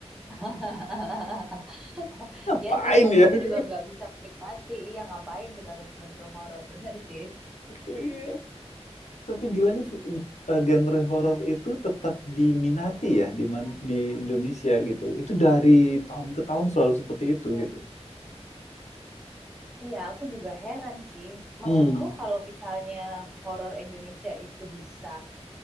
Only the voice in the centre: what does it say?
<laughs>
Ya sih, tapi
aku
juga nggak bisa menikmati. Iya, ngapain kita nonton film horor? Bener sih.
Iya, aku juga heran sih. Maksudku
kalau misalnya horor Indonesia itu bisa